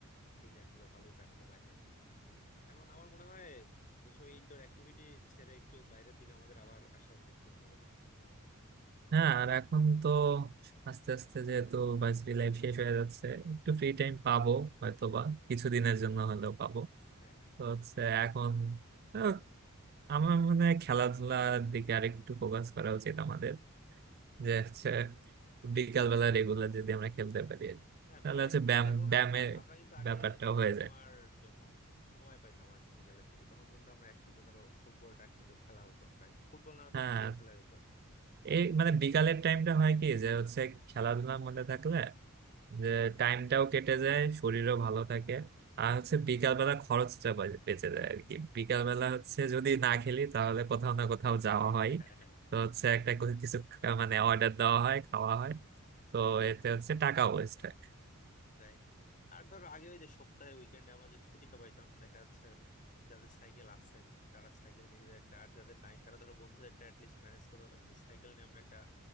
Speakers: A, on the left; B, on the right.
A: ফ্রি টাইম গুলো ভালোই কাটতো বাইরে এখন আমার মনে হয় এইসব ইনডোর অ্যাক্টিভিটি ছেড়ে একটু বাইরের দিকে আমাদের আবার আসা উচিত কি মনে করো
B: হ্যাঁ আর এখন তো আস্তে আস্তে যেহেতু ভার্সিটি লাইফ শেষ হয়ে যাচ্ছে একটু ফ্রি টাইম পাবো হয়তো বা কিছুদিনের জন্য হলেও পাবো
A: হ্যাঁ হ্যাঁ
B: তো হচ্ছে এখন আহ, আমার মনে হয় খেলাধুলার দিকে আরেকটু ফোকাস করা উচিত আমাদের যে হচ্ছে বিকাল বেলা রেগুলার যদি আমরা খেলতে পারি আর কি।
A: হ্যাঁ
B: তাহলে
A: বিকালে
B: হচ্ছে
A: কিন্তু
B: ব্যায়াম
A: দেখো
B: ব্যায়ামের
A: আমরা কিন্তু আগে
B: ব্যাপারটা
A: হচ্ছে
B: হয়ে
A: তোমার
B: যায়
A: যখন সময় পাইতাম আর কি বিকালের দিকে তখন কিন্তু আমরা একসাথে ধরো ফুটবলটা কিন্তু খেলা হতো প্রায় ফুটবল না হতো
B: হ্যাঁ
A: ক্রিকেট খেলা হতো
B: এই মানে বিকালের টাইমটা হয় কি যে হচ্ছে খেলাধুলার মধ্যে থাকলে যে টাইমটাও কেটে যায় শরীরও ভালো থাকে আর হচ্ছে বিকালবেলা খরচটা বাঁচ- বেঁচে যায় আর কি বিকালবেলা হচ্ছে যদি না খেলি তাহলে কোথাও না কোথাও যাওয়া হয়
A: <laughs>
B: তো হচ্ছে একটা কোনো কিছু খা- মানে অর্ডার দেওয়া হয় খাওয়া হয় তো এতে হচ্ছে টাকা ওয়েস্ট হয়
A: রাইট আর ধরো আগে ওই যে সপ্তাহে উইকেন্ডে আমরা যে ছুটিতে পাইতাম দেখা যাচ্ছে যাদের সাইকেল আছে তারা সাইকেল নিজেদের একটা আর যাদের নাই তারা ধরো বন্ধুদের একটা অ্যাটলিস্ট ম্যানেজ করে হলো কিন্তু সাইকেল নিয়ে আমরা একটা